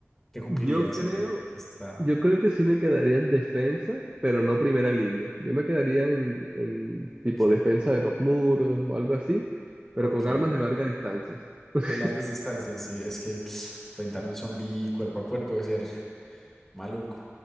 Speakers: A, in the centre; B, on the right.
A: que cumplirías
B: Yo creo,
A: en el estado?
B: yo creo que sí me quedaría en defensa, pero no primera línea. Yo me quedaría en, en tipo
A: Ok,
B: defensa de los muros o algo así, pero
A: ok.
B: con armas de larga distancia. <laughs>
A: De largas distancias, sí. Es que enfrentar un zombie cuerpo a cuerpo debe ser maluco.